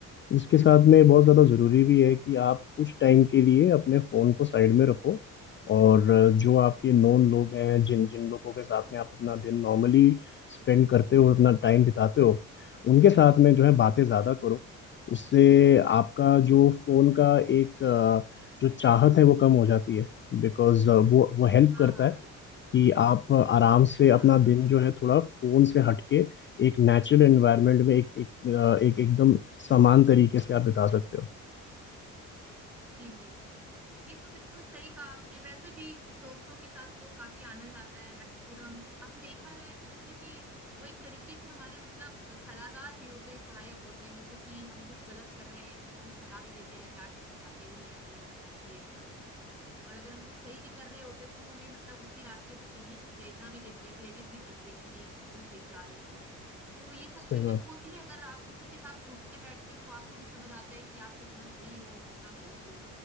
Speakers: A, on the left; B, in the centre.
A: उसके साथ में बहुत ज़्यादा ज़रूरी भी है कि आप कुछ टाइम के लिए अपने फ़ोन को साइड में रखो और जो आपके नोन
B: जी जी
A: लोग हैं जिन जिन लोगों के साथ में आप अपना दिन नॉर्मली स्पेंड करते हो अपना टाइम बिताते हो उनके साथ में जो है बातें ज़्यादा
B: जी
A: करो उससे आपका
B: हुँ,
A: जो फ़ोन का एक अ, जो चाहत है वो कम हो जाती है बिकॉज वो वो हेल्प
B: हाँ,
A: करता
B: हाँ,
A: है
B: बिल्कुल,
A: कि
B: बिल्कुल।
A: आप आराम से
B: हाँ,
A: अपना
B: हाँ।
A: दिन जो है थोड़ा फोन से हटके एक नेचुरल एनवायरनमेंट में एक एक, अ, एक एकदम समान तरीके से आप बिता सकते हो
B: जी, जी, जी। ये तो बिल्कुल सही कहा आपने वैसे भी दोस्तों के साथ तो काफी आनंद आता है एक्चुअली हम हम देखा जाए तो जैसे कि वो एक तरीके के हमारे मतलब सलाहदार भी होते हैं सहायक होते हैं जैसे कि हम कुछ गलत कर रहे हैं तो वो हमें सलाह भी देते हैं प्यार से समझाते हैं, नहीं ऐसा नहीं करना चाहिए ऐसा करो और अगर हम कुछ सही भी कर रहे होते हैं तो वो हमें मतलब उसी रास्ते पे चलने की प्रेरणा भी देते हैं प्रेरित भी करते हैं कि नहीं बिल्कुल सही जा रहे हो तुम तो ये सब
A: सही
B: चीजें
A: बात
B: होती हैं अगर आप किसी के साथ उठते बैठते हो तो आपको भी समझ आता है कि आप कितना सही हो और कितना गलत हो